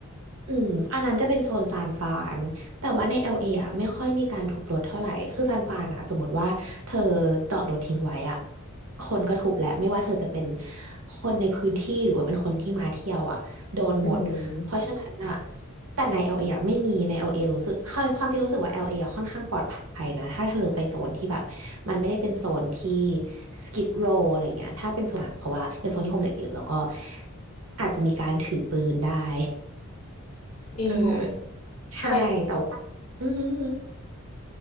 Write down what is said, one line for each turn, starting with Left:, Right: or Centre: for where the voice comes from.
Right: อืมอันนั้นจะเป็นโซนซานฟรานแต่ว่าใน LA อลเออ่ะไม่ค่อยมีการทุบรถเท่าไหร่คือซานฟรานอ่ะสมมติว่าเธอจอดรถทิ้งไว้อ่ะคนก็ทุบแหละไม่ว่าเธอจะเป็นคนในพื้นที่หรือว่าเป็นคนที่มาเที่ยวอ่ะโดนหมดเพราะฉะนั้นอ่ะ
Left: อืม
Right: แต่ใน LA อลเออ่ะไม่มีใน LA รู้สึกความความจริงรู้สึกว่า LA อลเออ่ะค่อนข้างปลอดภัยนะถ้าเธอไปโซนที่แบบมันไม่ได้เป็นโซนที่ Skid Row อะไรเงี้ยถ้าเป็นโซนหนังเพราะว่าเป็นโซนที่โฮมเลสเยอะแล้วก็อาจจะมีการถือปืนได้
Left: จริงเหรอ
Right: เออใช่แต่ว่าอือหือหือ
Left: ทำไม